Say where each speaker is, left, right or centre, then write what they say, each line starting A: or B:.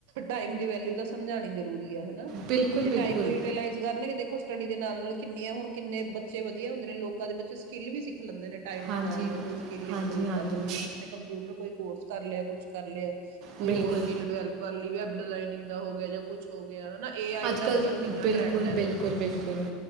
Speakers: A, on the right; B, on the right.
A: ਟਾਈਮ ਦੀ ਵੈਲਿਊ ਤਾਂ ਸਮਝਾਉਣੀ ਜ਼ਰੂਰੀ ਹਨਾ
B: ਬਿਲਕੁਲ
A: ਜੇ
B: ਬਿਲਕੁਲ
A: ਟਾਈਮ ਨੂੰ ਯੂਟੀਲਾਈਜ਼ ਕਰਨਗੇ ਦੇਖੋ ਸਟੱਡੀ ਦੇ ਨਾਲ ਨਾਲ ਕਿੰਨੀਆਂ ਆ ਹੁਣ ਕਿੰਨੇ ਬੱਚੇ ਵਧੀਆ ਹੁੰਦੇ ਨੇ ਲੋਕਾਂ ਦੇ ਬੱਚੇ ਸਕਿੱਲ ਵੀ ਲੈਂਦੇ ਨੇ ਟਾਈਮ
B: ਹਾਂਜੀ
A: ਦੇ ਨਾਲ ਕੋਈ ਸਕਿੱਲ ਇੰਪਰੂਵ
B: ਹਾਂਜੀ ਹਾਂਜੀ
A: ਕਰ ਲੈਂਦੇ ਹੈ ਕਿਸੇ ਨੇ ਕੰਪਿਊਟਰ ਕੁਛ ਕਰ ਲਿਆ ਕੁੱਛ ਕਰ ਲਿਆ ਕੋਈ
B: ਬਿਲਕੁਲ
A: ਹੋਰ ਸਕਿੱਲ ਡਿਵੈਲਪ ਕਰ ਲਈ ਵੀ ਡਿਜ਼ਾਇਨਿੰਗ ਦਾ ਹੋ ਗਿਆ ਜਾਂ ਕੁਛ ਹੋ ਗਿਆ ਹਨਾ ਏ ਆਈ
B: ਅੱਜ
A: ਦਾ
B: ਕੱਲ
A: ਕੱਲ੍ਹ ਕਿੰਨਾ
B: ਬਿਲਕੁਲ
A: ਟਰੈਂਡ ਹੈ ਦੇਖੋ
B: ਬਿਲਕੁਲ ਬਿਲਕੁਲ